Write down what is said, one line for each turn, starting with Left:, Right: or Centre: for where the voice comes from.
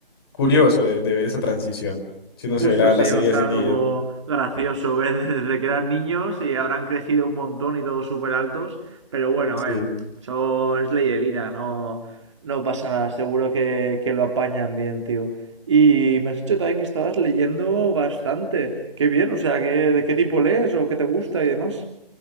Left: curioso de, de ver esa transición, si uno
Right: Justo
Left: se ve la, la
Right: sí,
Left: serie
Right: va a estar
Left: de seguido.
Right: algo gracioso ver desde que eran niños y habrán crecido un montón y todos súper altos. Pero bueno,
Left: Sí.
Right: a ver, eso es ley de vida, no, no pasa nada, seguro que, que lo apañan bien, tío. Y me has dicho también que estabas leyendo bastante. Qué bien, o sea, ¿qué, de qué tipo lees o qué te gusta y demás?